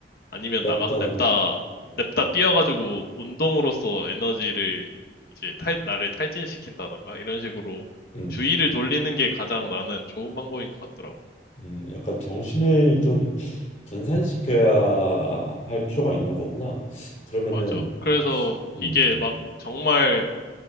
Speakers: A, on the left (about 55°); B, on the left (about 40°).
A: 아니면
B: 약간,
A: 나가서 냅다,
B: 음,
A: 냅다 뛰어가지고 운동으로써 에너지를 이제 탈, 나를 탈진시킨다던가 이런 식으로
B: 음,
A: 주의를 돌리는 게 가장 나는 좋은 방법인 것 같더라고.
B: 음. 약간 정신을 좀 분산시켜야 할 필요가 있는 거구나. 그러면은,
A: 맞아. 그래서
B: 음,
A: 이게 막 정말,